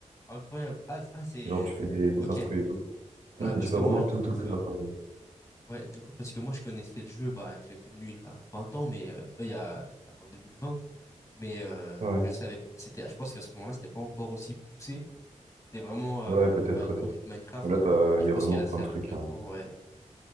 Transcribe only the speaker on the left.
Incroyable. Ah, c- ah c'est...
Ok.
Ouais, parce
que
moi, du
coup,
euh,
ouais, du coup, parce que moi, je connaissais le jeu, bah, je l'ai connu il y a 20 ans, mais euh, euh, il y a, il y a- en 2020, mais euh,
je savais, c'était, je pense qu'à ce moment-là, c'était pas encore aussi poussé. C'était vraiment euh,
bah, une
copie de Minecraft,
et
je
pense
que
c'est
avec
le
temps, ouais, où